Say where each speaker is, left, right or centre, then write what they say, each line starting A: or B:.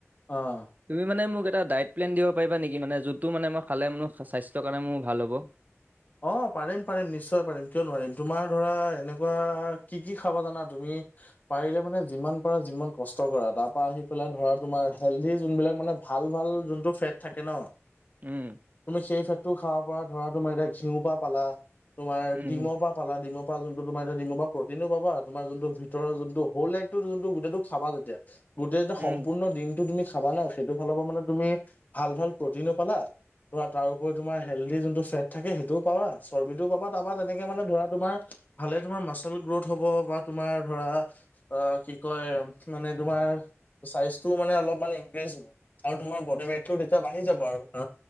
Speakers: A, on the left (about 35°); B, on the right (about 35°).
A: অ'।
B: তুমি মানে মোক এটা ডাইট প্লেন দিব পাৰিবা নেকি, মানে যোনটো মানে মই খালে মোৰ স্বাস্থ্যৰ কাৰণে মোৰ ভাল হ'ব।।
A: অ', পাৰিম, পাৰিম, নিশ্চয় পাৰিম, কিয় নোৱাৰিম তোমাৰ ধৰা এনেকুৱা কি কি খাব জানা তুমি। পাৰিলে মানে যিমান পাৰা জিমত কষ্ট কৰা তাৰ পৰা আহি পেলাই ধৰা তোমাৰ হেলডি যোনবিলাক মানে। ভাল ভাল যোনটো ফেট থাকে ন'।
B: উম,
A: তুমি সেই ফেটটো খাব পাৰা ধৰা তোমাৰ এতিয়া ঘিউৰ পৰা পালা। তোমাৰ
B: উম,
A: ডিমৰ পৰা। পালা ডিমৰ পৰা যোনটো তোমাৰ এতিয়া পালা ডিমৰ পৰা প্ৰটিনো পাবা, তোমাৰ যোনটো ভিতৰৰ যোনটো হ'ল এগটো যোনটো গোটেইটো। চাবা তেতিয়া, গোটেই যেতিয়া
B: উম,
A: সম্পূৰ্ণ ডিমটো তুমি খাবা ন'। সেইটো ফালৰ পৰা মানে তুমি ভাল ভাল প্ৰটিনো পালা ধৰা তাৰওপৰি তোমাৰ হেলডি যোনটো ফেট। থাকে সেইটোও পাবা, চৰ্বিটোও পাবা তাৰপৰা তেনেকে মানে ধৰা তোমাৰ। ভালে তোমাৰ মাচল গ্ৰোথ হ'ব বা তোমাৰ ধৰা অ', কি কয় মানে তোমাৰ চাইজটো মানে অলপ মন ইম্প্ৰেছ আৰু তোমাৰ বডি ৱেইটটো তেতিয়া বাঢ়ি যাব আৰু